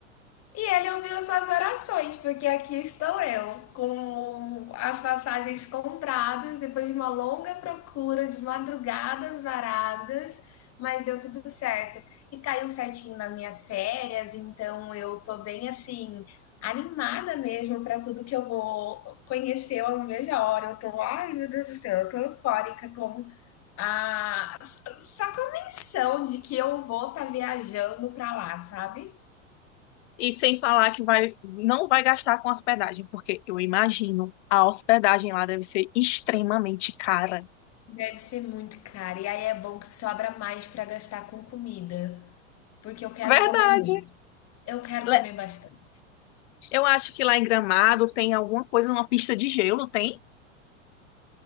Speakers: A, on the left (about 40°); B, on the left (about 60°).
A: E ele ouviu suas orações, porque aqui estou eu, com as passagens compradas, depois de uma longa procura, de madrugadas varadas, mas deu tudo certo. E caiu certinho nas minhas férias, então eu tô bem assim, animada mesmo para tudo que eu vou conhecer, eu não vejo a hora. Eu tô, ai meu Deus do céu, eu tô eufórica com a só a menção de que eu vou estar tá viajando para lá, sabe?
B: E sem falar que vai, não vai gastar com hospedagem, porque eu imagino a hospedagem lá deve ser extremamente cara.
A: Deve ser muito caro. E aí é bom que sobra mais para gastar com comida, porque eu quero
B: Verdade.
A: comer muito. Eu quero
B: Le-
A: comer bastante.
B: Eu acho que lá em Gramado tem alguma coisa, uma pista de gelo, tem?